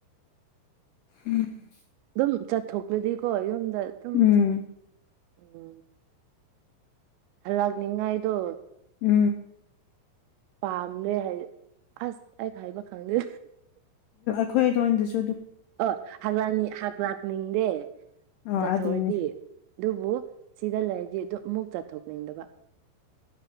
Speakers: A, on the left; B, on the right.
A: ꯎꯝ
B: ꯑꯗꯨꯝ ꯆꯠꯊꯣꯛꯂꯗꯤꯀꯣ ꯌꯨꯝꯗ ꯑꯗꯨꯝ
A: ꯎꯝ
B: ꯎꯝ ꯑꯜꯒ ꯅꯤꯡꯉꯥꯏꯣ
A: ꯎꯝ
B: ꯄꯥꯝꯅ ꯍꯥꯏ ꯑꯁ ꯑꯩ ꯍꯥꯏꯕ ꯈꯪꯦ
A: ꯑꯩꯈꯣꯏꯗꯣꯏꯁꯨ
B: ꯑꯣ ꯍꯥꯡ ꯍ ꯂꯥꯛꯅꯤꯡꯗꯦ
A: ꯑꯣ
B: ꯆꯠꯊꯔꯗꯤ
A: ꯑꯗꯨꯅꯦ
B: ꯑꯗꯨꯕꯨ ꯁꯤꯗ ꯂꯩꯔꯗꯤ ꯑꯗꯨ ꯑꯃꯨꯛ ꯆꯠꯊꯣꯛꯅꯤꯡꯗꯕ